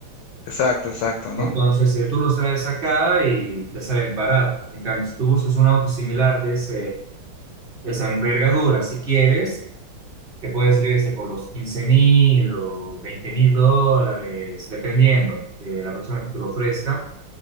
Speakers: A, on the left; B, on the right.
A: Exacto, exacto, ¿no?
B: Entonces, eh, tú los traes acá y te salen barato. En cambio, si tú buscas un auto similar de, ese, de esa envergadura, si quieres, te puede salir ese por los quince mil o veinte mil dólares, dependiendo de la persona que te lo ofrezca.